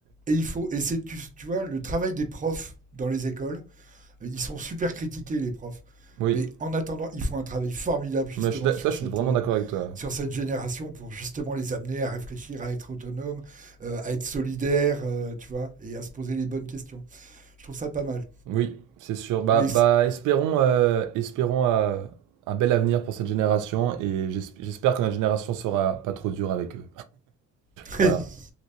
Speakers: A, on the right; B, on the right.
A: et il faut, et c'est tu, tu vois le travail des profs dans les écoles, Ils sont super critiqués, les profs.
B: Oui,
A: Mais en attendant, ils font un travail formidable justement
B: Moi, je suis d'a-
A: sur
B: ça, je
A: cette,
B: suis vraiment
A: euh,
B: d'accord avec toi.
A: sur cette génération pour justement les amener à réfléchir, à être autonomes, euh, à être solidaires, euh, tu vois, et à se poser les bonnes questions. Je trouve ça pas mal.
B: Oui, c'est sûr. Bah,
A: Mais
B: bah,
A: c-
B: espérons, euh, espérons euh, un bel avenir pour cette génération et j'esp- j'espère que notre génération sera pas trop dure avec eux.
A: <laughs>
B: Voilà.